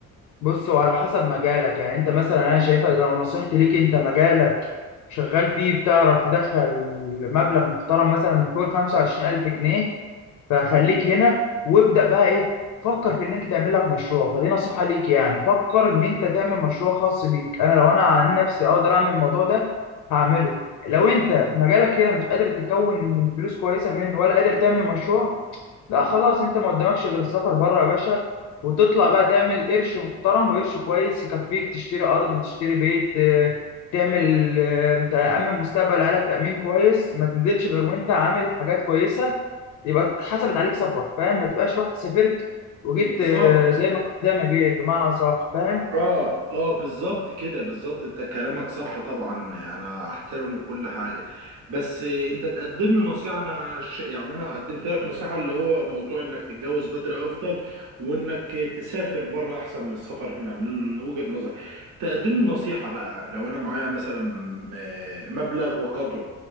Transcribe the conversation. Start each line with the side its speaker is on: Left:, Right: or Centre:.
Left: بص هو على حسب مجالك يعني انت مثلا انا شايفها لو نصيحتي ليك انت مجالك شغال فيه بتعرف تدخل مبلغ محترم مثلا فوق 25000 جنيه فخليك هنا وابدأ بقى ايه فكر في ان انت تعمل لك مشروع فدي نصيحة ليك يعني فكر ان انت تعمل مشروع خاص بيك انا لو انا عن نفسي اقدر اعمل الموضوع ده هعمله لو انت مجالك هنا مش قادر تكون فلوس كويسة منه ولا قادر تعمل مشروع لا خلاص انت ما قدامكش غير السفر بره يا باشا وتطلع بقى تعمل قرش محترم وقرش كويس يكفيك تشتري ارض تشتري بيت آه، تعمل آه، تأمن مستقبل عيالك تأمين كويس ما تنزلش غير وانت عامل حاجات كويسة يبقى اتحسبت عليك سفر فاهم ما تبقاش رحت سافرت وجيت
Right: بالظبط
Left: آه، زي ما رحت زي ما جيت بمعنى صح فاهم
Right: اه اه بالظبط كده بالظبط انت كلامك صح طبعا يعني انا احترمه كل حاجه بس انت تقدم لي نصيحه انا ش... يعني انا قدمت لك نصيحه اللي هو موضوع انك تتجوز بدري افضل وانك تسافر بره احسن من السفر هنا من وجهه نظري تقدم لي نصيحه بقى لو انا معايا مثلا م- مبلغ وقدره